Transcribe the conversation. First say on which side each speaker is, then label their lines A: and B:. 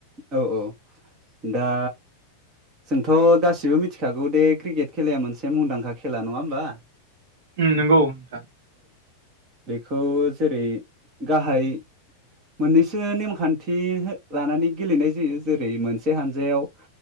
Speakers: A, on the right; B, on the right.
A: औ औ दा जोंथ' गासिबो मिथिखागौ दे क्रिकेट खेलाया मोनसे मुंदांखा खेला नङा होमबा
B: उम नंगौ नोंथां
A: खौ जेरै गाहाय मोननैसो नेमखान्थि हो लानानै गेलेनाय जायो जेरै मोनसे हानजायाव